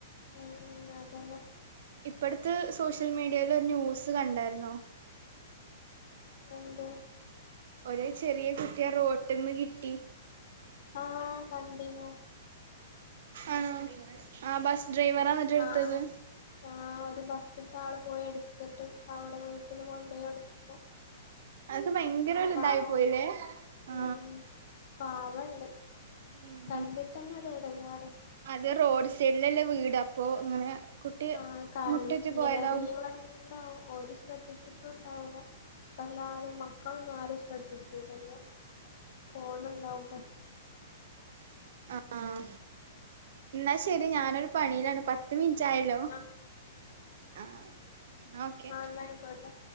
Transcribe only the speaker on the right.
ഇപ്പട്ത്ത് സോഷ്യൽ മീഡിയ ൽ ഒരു ന്യൂസ് കണ്ടായിരുന്നോ
ഒരേ ചെറിയ കുട്ടിയേ റോട്ട്ന്ന് കിട്ടി
ആണോ ആഹ് ബസ് ഡ്രൈവറാ എന്നിട്ട് ഇട്ത്തത്
അത് ഭയങ്കര ഒരു
ഇതായി പോയില്ലേ ആ
ഉം
അത് റോഡ് സൈഡിലല്ലേ വീട് അപ്പൊ ഇങ്ങനെ കുട്ടി
മുട്ടിറ്റ്
പോയതാവും
ആഹ് എന്നാ ശരി ഞാനൊരു പണിയിലാണ് പത്ത് മിനിറ്റ് ആയല്ലോ
ആഹ് ന്നാ ഓകെ